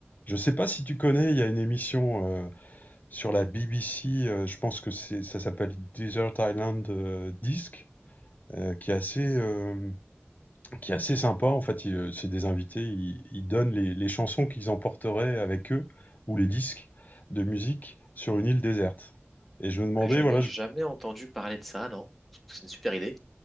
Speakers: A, on the left (about 40°); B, in the centre.
A: Je sais pas si tu connais, il y a une émission euh, sur la BBC, euh, je pense que c'est, ça s'appelle Desert Island euh, Disc, euh, qui est assez, euh, qui est assez sympa. En fait, il, euh, c'est des invités, ils, ils donnent les, les chansons qu'ils emporteraient avec eux, ou les disques de musique, sur une île déserte. Et je me demandais,
B: Ah, Je n'ai
A: voilà, je-
B: jamais entendu parler de ça, non? C'est une super idée.